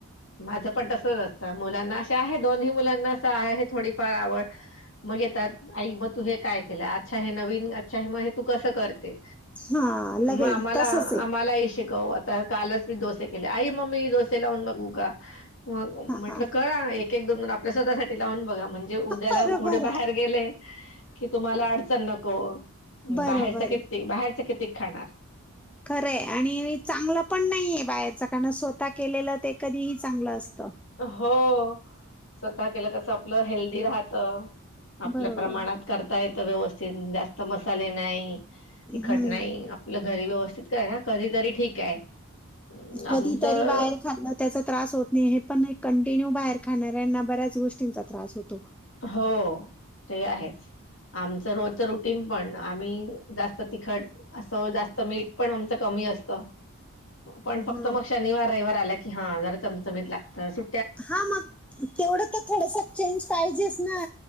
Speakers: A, on the left; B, in the centre.
A: माझं पण तसच असत. तर मुलांना असे आहे दोन्ही मुलांना असं आहे हे थोडीफार आवड. मग येतात आई मग तू हे काय केलं अच्छा हे नवीन अच्छा हे मग हे तू कसं कर ते?
B: हा लगेच
A: म आम्हाला
B: तसच आहे
A: मला हे शिकव आता कालच मी दोसे केले, आई मम्मी दोसे लावून बघू का? मग म्हटलं
B: हा
A: करा एक एक दोन आपल्या स्वतःसाठी लावून बघा म्हणजे उद्याला
B: बरोबर
A: पुढे
B: आहे
A: बाहेर गेले की तुम्हाला अडचण नको.
B: बरोबर
A: बाहेरचा क बाहेरचा कितीक खाणार?
B: खरं आणि चांगलं पण नाहीये बाहेरच कारण स्वतः केलेलं ते कधीही चांगलं अस त.
A: हो स्वतः केलं कस आपलं हेल्दी राहतं. आपल्या
B: बरोबर
A: प्रमाणात करता येत व्यवस्थित जास्त मसाले नाही. ती
B: हम्म.
A: खटनाई आपलं घरी व्यवस्थित कय कधीतरी ठीक आहे. अं, आमचं
B: कधीतरी बाहेर खाल् त्याचा त्रास होत नाही हे पण कंटिन्यू बाहेर खाणाऱ्यांना बऱ्याच गोष्टींचा त्रास होत.
A: हो ते आहेच आमचं रोजच रुटीन पण आम्ही जास्त तिखट असं जास्त मीठ पण आमचं कमी असत. पण फक्त
B: हा
A: मग शनिवार रविवार आला की हा जरा चमचमीत लागत सु
B: हा मग तेवढं तर थोडस चेंज पाहिजेच ना?